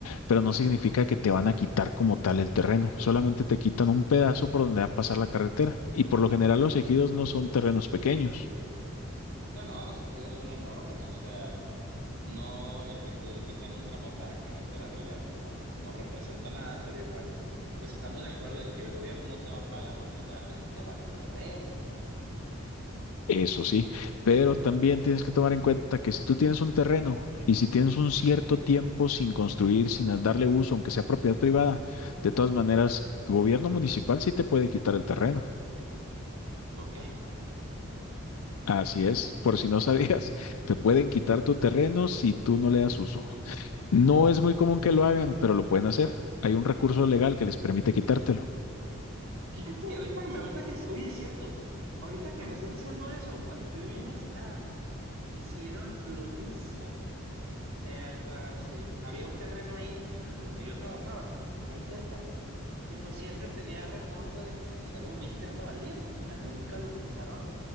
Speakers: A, on the left; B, on the right.
A: pero no significa que te van a quitar como tal el terreno. Solamente te quitan un pedazo por donde va a pasar la carretera. Y por lo general los ejidos no son terrenos pequeños.
B: No, no, los ejidos son enormes, o sea, no el que te quiten un tramo para carretera en realidad, pues no, no representa nada, pero igual, pues estamos de acuerdo en que el gobierno no te va a pagar lo que realmente vale el terreno.
A: Eso sí, pero también tienes que tomar en cuenta que si tú tienes un terreno y si tienes un cierto tiempo sin construir, sin a- darle uso, aunque sea propiedad privada, de todas maneras, gobierno municipal sí te puede quitar el terreno.
B: ¿Por qué?
A: Así es, por si no sabías, <laughs> te pueden quitar tu terreno si tú no le das uso. No es muy común que lo hagan, pero lo pueden hacer. Hay un recurso legal que les permite quitártelo.
B: Fíjate, ahorita que me, ahorita que, oye, es cierto, ahorita que me estás diciendo eso, cuando yo vivía en Ensenada, hicieron lo mismo. eh, a- a usted, había un terreno ahí en donde yo trabajaba, ahí cerca, que pues siempre tenía reporte de que pues era un vil terreno baldío, o sea, nunca lo utilizaron